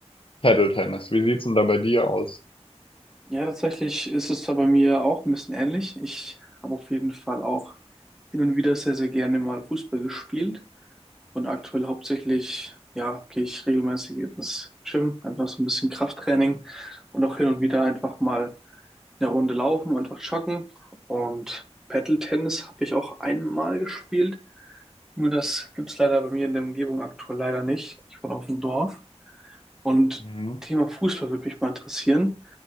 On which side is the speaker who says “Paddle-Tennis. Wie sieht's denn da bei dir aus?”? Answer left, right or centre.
Left